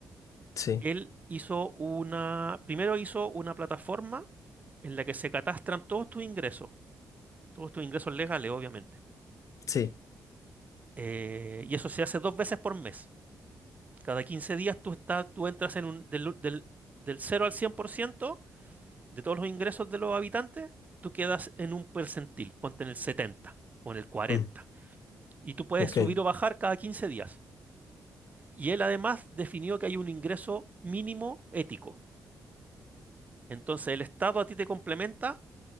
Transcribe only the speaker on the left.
Sí,
sí.
mm,
ok.